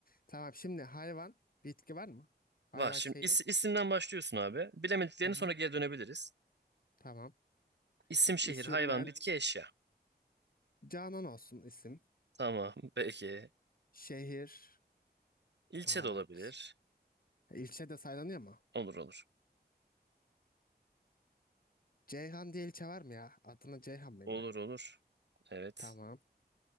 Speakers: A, on the left (about 55°); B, on the right (about 85°).
A: Tamam şimdi hayvan bitki var mı? Hayvan
B: Var. Şimdi
A: şeyi.
B: is- isimden başlıyorsun abi. Bilemediklerini
A: Hı hı.
B: sonra geri dönebiliriz.
A: Tamam.
B: İsim, şehir,
A: İsimden
B: hayvan, bitki, eşya.
A: Canan olsun isim.
B: Tamam. Peki.
A: Şehir.
B: İlçe
A: Ağaç.
B: de olabilir.
A: E, ilçe de saylanıyor mu?
B: Olur olur.
A: Ceyhan diye ilçe var mı ya? Adına Ceyhan mıydı?
B: Olur olur. Evet.
A: Tamam.